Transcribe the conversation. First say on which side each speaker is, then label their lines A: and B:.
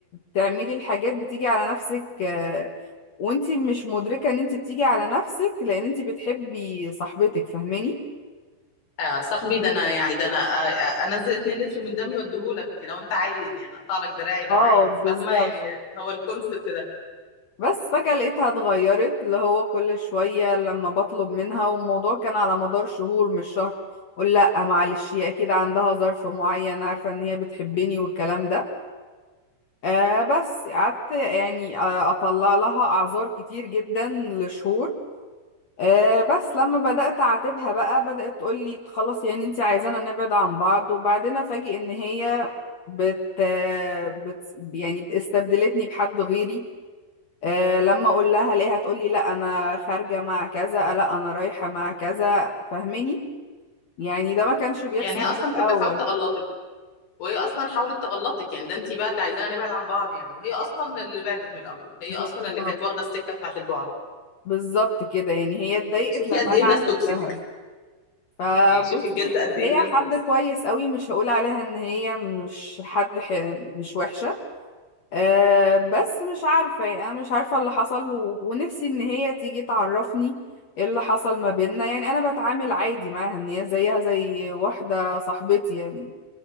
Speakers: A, on the left (about 65°); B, on the left (about 90°).
A: تعملي الحاجات بتيجي على نفسك آه، وانتي مش مدركة ان انتي بتيجي على نفسك لان انتي بتحبي صاحبتك فاهماني
B: آه صاحبي ده أنا يعني ده أنا آه، آه، أنزل 2 لتر من دمي وأديهولك يعني لو أنت عايز يعني أقطع لك دراعي لو
A: اه
B: عايز
A: بالظبط
B: فاهمة يعني هو الكونسبت ده
A: بس فجأة لقيتها اتغيرت اللي هو كل شوية لما بطلب منها والموضوع كان على مدار شهور مش شهر قول لا معلش هي اكيد عندها ظرف معين عارفة ان هي بتحبني والكلام ده آه بس قعدت يعني آه، اطلع لها اعذار كتير جدا لشهور أه بس لما بدأت أعاتبها بقى بدأت تقول لي خلاص يعني انت عايزانا نبعد عن بعض وبعدين أفاجئ إن هي بت, بت يعني استبدلتني بحد غيري أه لما أقول لها ليه هتقول لي لا أنا خارجة مع كذا لا أنا رايحة مع كذا فاهماني يعني ده ما كانش بيحصل
B: يعني هي أصلا
A: في
B: كانت
A: الأول
B: بتحاول تغلطك وهي أصلا حاولت تغلطك يعني ده أنت بقى اللي عايزانا نبعد عن بعض يعني وهي أصلا اللي بعدت من الأول هي
A: بالظبط
B: أصلا اللي كانت واخدة السكة بتاعت البعد
A: بالظبط كده يعني هي اتضايقت
B: يعني شوفي
A: لما
B: قد
A: أنا
B: إيه الناس
A: عاتبتها
B: توكسيك
A: فبصي
B: يعني شوفي بجد قد
A: هي
B: إيه الناس
A: حد
B: توكسيك
A: كويس قوي مش هقول عليها إن هي مش حد ح... مش وحشة أه بس مش عارفة يعني أنا مش عارفة اللي حصل و... ونفسي إن هي تيجي تعرفني إيه اللي حصل ما بيننا يعني أنا بتعامل عادي معاها إن هي زيها زي واحدة صاحبتي يعني